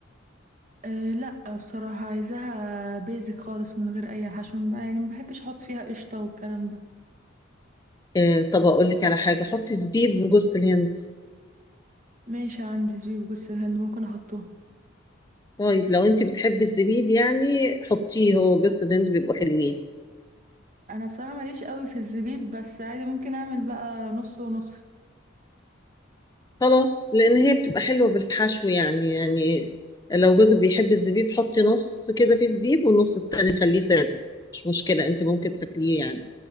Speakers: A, on the right; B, on the left.
A: أه لا بصراحة عايزاها بيزك خالص من غير اي حشو يعني ما بحبش احط فيها قشطة والكلام ده
B: اه طب اقول لك على حاجة حطي زبيب وجوز الهند
A: ماشي عندي زبيب وجوز الهند ممكن احطهم
B: طيب لو انت بتحبي الزبيب يعني حطيه هو جوز الهند بيبقوا حلوين
A: انا بصراحه ماليش قوي في الزبيب بس عادي ممكن اعمل بقى نص ونص
B: خلاص لان هي بتبقى حلوه بالحشو يعني يعني لو جوزك بيحب الزبيب حطي نص كده فيه زبيب والنص التاني خليه ساده مش مشكله انت ممكن تاكليه يعني